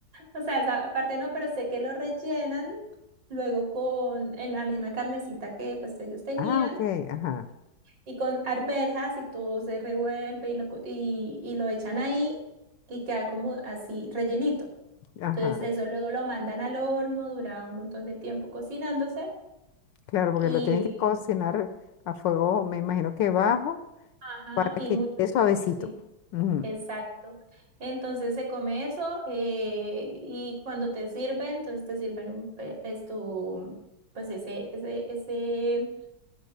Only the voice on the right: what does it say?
o sea, esa parte no, pero sé que lo rellenan luego con el- la misma carnecita que pues ellos tenían.
y con arvejas y todo se revuelve y lo, co- y, y lo echan ahí y queda como así rellenito.
Entonces eso luego lo mandan al horno, dura un montón de tiempo cocinándose
y,
ajá,
y
mucho
tiempo, sí,
exacto. Entonces se come eso eh, y cuando te sirven, entonces te sirven un, pe- es tu, pues ese, ese, ese,